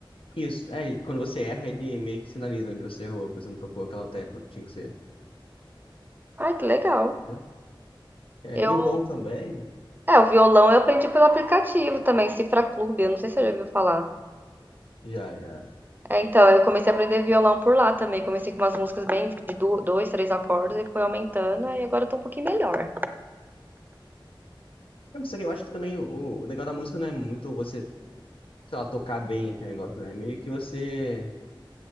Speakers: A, on the left (about 85°); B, on the right (about 20°).
A: Isso. Aí, quando você erra, ele meio que sinaliza onde você errou, porque você não tocou aquela tecla que tinha que ser.
B: Ah, que legal.
A: entendeu? É,
B: Eu,
A: e o bom também,
B: é, o violão eu aprendi pelo aplicativo também, Cifra Clube, eu não sei se você já ouviu falar.
A: já, já.
B: É, então, eu comecei a aprender violão por lá também. Comecei com umas músicas bem de du- dois, três acordes e foi aumentando, aí agora eu tô um pouquinho melhor.
A: É, mas só que eu acho que também o, o legal da música não é muito você, sei lá, tocar bem aquele negócio, né? É Meio que você,